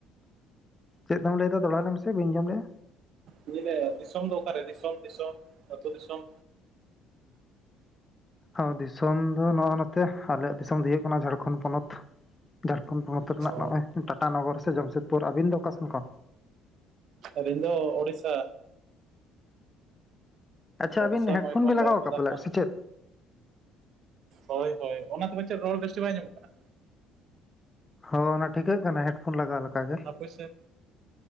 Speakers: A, on the left; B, on the right.
A: ᱪᱮᱫ ᱫᱚᱢ ᱞᱮᱭᱫᱟ ᱫᱚᱦᱲᱟ ᱞᱟᱹᱭ ᱢᱮᱥᱮ ᱵᱤᱧ ᱡᱚᱢ ᱞᱮᱜᱼᱟ
B: ᱤᱧ ᱞᱟᱹᱭᱮᱜᱼᱟ <inaudible> ᱫᱤᱥᱚᱢ ᱫᱚ ᱚᱠᱟᱨᱮ ᱫᱤᱥᱚᱢ ᱫᱤᱥᱚᱢ ᱟᱹᱛᱩ ᱫᱤᱥᱚᱢ
A: ᱚ ᱫᱤᱥᱚᱢ ᱫᱚ ᱱᱚᱜ ᱱᱚᱛᱮ ᱟᱞᱮᱭᱟᱜ ᱫᱤᱥᱚᱢ ᱦᱳᱭᱳᱜ ᱠᱟᱱᱟ ᱡᱷᱟᱲᱠᱷᱚᱱ ᱯᱚᱱᱚᱛ ᱡᱷᱟᱲᱠᱷᱚᱱ ᱯᱚᱱᱚᱛ ᱨᱮᱱᱟᱜ
B: ᱚ
A: ᱱᱚᱜᱼᱚᱭ ᱴᱟᱴᱟᱱᱚᱜᱚᱨ ᱥᱮ ᱡᱟᱢᱥᱮᱫᱽᱯᱩᱨ ᱟᱹᱵᱤᱱ ᱫᱚ ᱚᱠᱟ ᱥᱮᱱ ᱠᱷᱚᱱ
B: ᱟᱹᱞᱤᱧ ᱫᱚ ᱚᱲᱤᱥᱟ
A: ᱟᱪᱪᱷᱟ ᱟᱹᱵᱤᱱ
B: ᱚᱲᱤᱥᱟ
A: ᱦᱮᱰᱯᱷᱳᱱ
B: ᱢᱚᱭᱩᱨᱵᱷᱚᱸᱡᱽ
A: ᱵᱤᱱ ᱞᱟᱜᱟᱣ
B: ᱵᱟᱹᱨᱤᱯᱟᱫᱟ
A: ᱟᱠᱟᱫ ᱯᱟᱞᱮᱫ
B: ᱠᱷᱚᱱ
A: ᱥᱮ ᱪᱮᱫ
B: ᱦᱳᱭ ᱦᱳᱭ ᱚᱱᱟ ᱛᱚᱵᱮ ᱪᱮᱫ ᱨᱚᱲ ᱵᱮᱥᱴᱷᱤᱠ ᱵᱟᱭ ᱟᱸᱡᱚᱢᱚᱜ ᱠᱟᱱᱟ
A: ᱦᱚ ᱚᱱᱟ ᱴᱷᱤᱠᱟᱹᱜ ᱠᱟᱱᱟ ᱦᱮᱰᱯᱷᱳᱱ ᱞᱟᱜᱟᱣ ᱞᱮᱠᱟ ᱜᱮ
B: ᱟᱯᱮᱥᱮᱫ